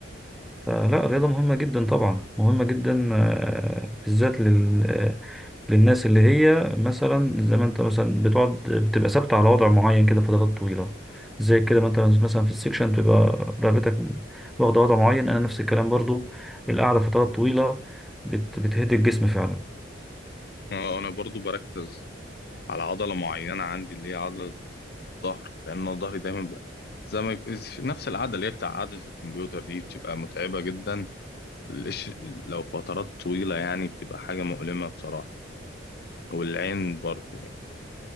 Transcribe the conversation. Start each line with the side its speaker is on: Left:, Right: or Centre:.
Centre: فلا الرياضة مهمة جدا طبعا مهمة جدا آه، بالذات لل... آه، للناس اللي هي مثلا زي ما انت مثلا بتقعد بتبقى ثابتة على وضع معين كده فترات طويلة زي كده ما انت مثلا في السكشن بتبقى رقبتك واخدة وضع معين انا نفس الكلام برضو القعدة فترات طويلة بت... بتهدي الجسم فعلا
Left: آه، أنا برضو بركز على عضلة معينة عندي اللي هي عضلة الظهر لأن أنا ظهري دايما بقى زي ما نفس العادة اللي هي بتاع عادة الكمبيوتر دي بتبقى متعبة جدا الإش- لو فترات طويلة يعني بتبقى حاجة مؤلمة بصراحة والعين برضو يعني